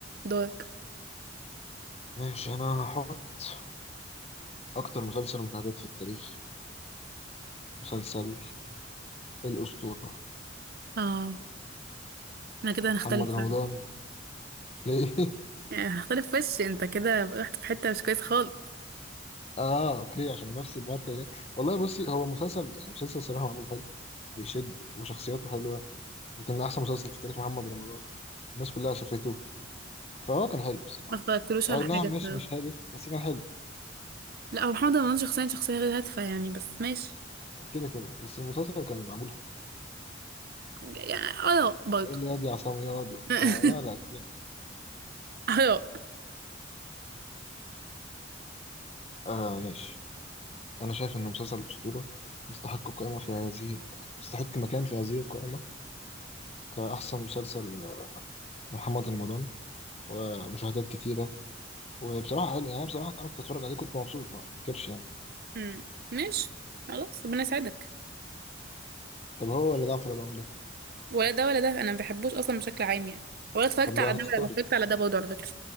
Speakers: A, on the right; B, on the left.
A: دورك
B: ماشي انا هحط اكتر مسلسل مشاهدات في التاريخ مسلسل الاسطوره
A: اه احنا كده هنختلف
B: محمد رمضان
A: فعلا
B: ليه <laughs>
A: يعني هنختلف وش انت كده رحت في حتة مش كويس خالص
B: اه اوكي عشان نفس الماركه دي والله بصي هو مسلسل يعني مسلسل صراحه معمول حلو بيشد وشخصياته حلوه يمكن احسن مسلسل في تاريخ محمد رمضان الناس كلها شافته فهو كان حلو بصراحه
A: ما اتفرجتلوش
B: اي
A: على
B: نعم
A: حاجة الصراحة
B: مش مش هادف بس كان حلو
A: لا هو محمد رمضان شخصيا شخصية غير هادفة يعني بس ماشي
B: كده كده بس المسلسل كان معمول حلو
A: يعني آراء برضه
B: يقول لي ياض يا عصام ياض وبتاع
A: <laughs>
B: لا لا جامد
A: آراء
B: <laughs> آه ماشي أنا شايف إن مسلسل الأسطورة يستحق قائمة في هذه ال- يستحق مكان في هذه القائمة كأحسن مسلسل محمد رمضان ومشاهدات كتيرة وبصراحة حلو يعني بصراحة أنا كنت أتفرج عليه كنت مبسوط ما ما انكرش يعني
A: امم ماشي خلاص ربنا يساعدك
B: طب هو ولا جعفر العمدة ده
A: ولا ده ولا ده انا ما بحبوش اصلا بشكل عام يعني ولا اتفرجت
B: طب ما
A: على ده
B: هتختاري
A: ولا اتفرجت على ده برضه على فكره